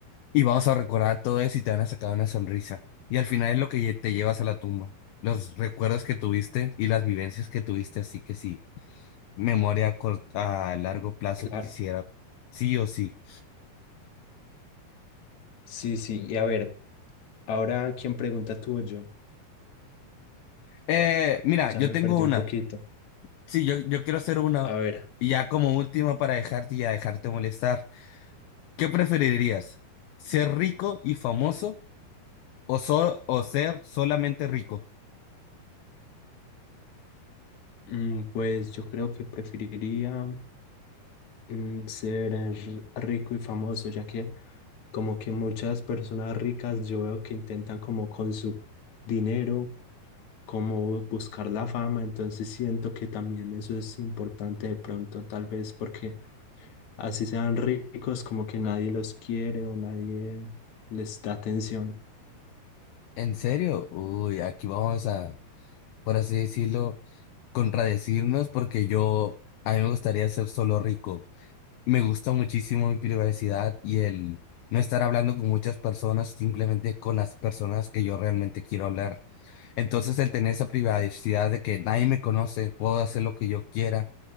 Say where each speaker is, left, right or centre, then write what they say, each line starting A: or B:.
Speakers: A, on the left; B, on the left.
A: y vamos a recordar todo eso y te van a sacar una sonrisa. Y al final es lo que lle- te llevas a la tumba, los recuerdos que tuviste y las vivencias que tuviste. Así que sí. Memoria a, cort- a largo plazo
B: claro.
A: quisiera, sí o sí.
B: Sí, sí, y a ver, ahora quién pregunta tú o yo.
A: Eh, mira, yo
B: Ya me
A: tengo
B: perdí
A: una.
B: un poquito.
A: Sí, yo, yo quiero hacer una.
B: A ver,
A: Y ya como última para dejarte y ya dejarte molestar. ¿Qué preferirías? ¿Ser rico y famoso o, so- o ser solamente rico?
B: mm, pues yo creo que preferiría... mm, ser r- rico y famoso, ya que como que muchas personas ricas yo veo que intentan como con su dinero, como buscar la fama, entonces siento que también eso es importante de pronto, tal vez porque así sean ricos, como que nadie los quiere o nadie les da atención.
A: ¿En serio? Uy, aquí vamos a, por así decirlo, contradecirnos porque yo, a mí me gustaría ser solo rico. Me gusta muchísimo mi privacidad y el no estar hablando con muchas personas, simplemente con las personas que yo realmente quiero hablar. Entonces, el tener esa privacidad de que nadie me conoce, puedo hacer lo que yo quiera,